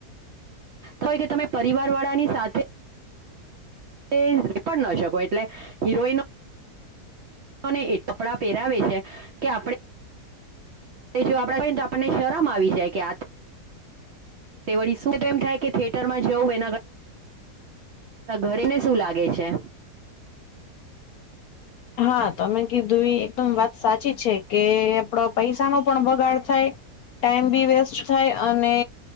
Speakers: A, on the right; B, on the left.
A: તોય કે તમે પરિવાર વાળાની સાથે એ પણ નો શકો, એટલે હિરોઈનો અને એ કપડા પહેરાવે કે આપણે એજો આપડે જોઈએ ને તો આપણને શરમ આવી જાય કે આ તે વળી શું તો એમ થાય કે થિયેટરમાં જવું એના કર ઘરેને શું લાગે છે?
B: હા તમે કીધું એ એકદમ વાત સાચી છે કે આપડા પૈસા નો પણ બગાડ થાય. ટાઈમ બી વેસ્ટ થાય અને